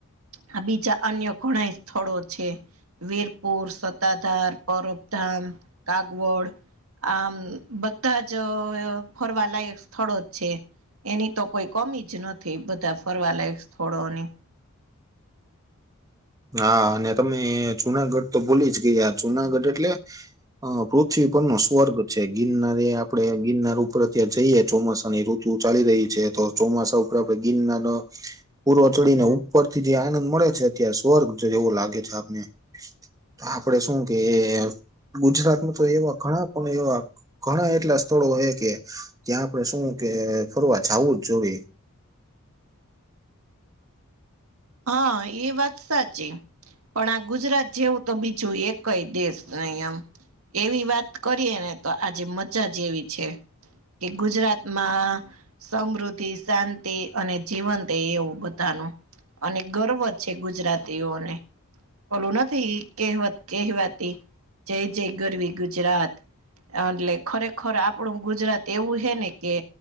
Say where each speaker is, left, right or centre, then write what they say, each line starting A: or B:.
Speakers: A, on the right; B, on the right.
A: આ બીજા અન્ય ઘણાય સ્થળો છે. વીરપુર, સત્તાધાર, પરબધામ, કાગવડ. આમ બધા જ અ ફરવાલાયક સ્થળો જ છે. એની તો કોઈ કમી જ નથી બધા ફરવા લાયક સ્થળો ની.
B: હા અને તમે જુનાગઢ તો ભૂલીજ ગયા જુનાગઢ એટલે અ પૃથ્વી પર નો સ્વર્ગ છે ગિરનાર એ આપડે ગિરનાર ઉપર ત્યાં જઈએ ચોમાસાની ઋ તું ચાલી રહી છે તો ચોમાસા ઉપર આપડે ગિરનાર નો પૂર્વ ચડીને ઉપરથી જે આનંદ મળે છે અત્યારે સ્વર્ગ જેવો લાગે છે આપને. તો આપડે શું કે ગુજરાતમાં તો એવા ઘણા પણ એવા ઘણા એટલા સ્થળો હે કે ત્યાં આપડે શું કે ફરવા જાવું જ જોયે.
A: હા એ વાત સાચી. પણ આ ગુજરાત જેવું તો બીજું એકય દેશ નહી એમ. એવી વાત કરીએ ને તો આજે મજા જેવી છે. કે ગુજરાતમાં. સમૃદ્ધિ શાંતિ અને જીવંત એવું બધાનું. અને ગર્વ છે ગુજરાતીઓને. ઓલું નથી કહેવત કહેવાતી જય જય ગરવી ગુજરાત. એટલે ખરેખર આપણું ગુજરાત એવું હે ને કે.